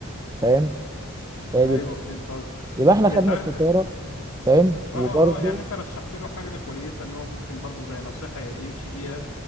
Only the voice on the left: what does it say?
ايوه
فهمت قصدي
هي
انت عارف
اه
اه
يعني انت رشحت له حاجه كويسه ان هو ممكن برضه زي نصيحه يمشي بيها